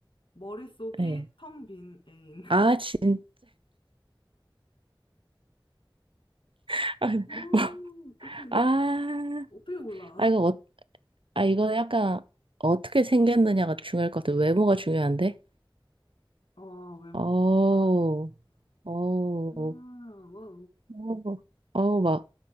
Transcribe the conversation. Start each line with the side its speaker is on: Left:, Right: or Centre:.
Left: 머릿속이
Right: 네.
Left: 텅 빈 애인. <laughs>
Right: 아, 진짜. <laughs>
Left: 오,
Right: 아,
Left: 어떻게,
Right: 아,
Left: 어떻게 몰라?
Right: 아, 이거, 어, 아, 이거 약간 어떻게 생겼느냐가 중요할 것 같아요. 외모가 중요한데?
Left: 어, 외모.
Right: 어우,
Left: 아,
Right: 어우,
Left: 아, 와,
Right: 어우, 어우, 막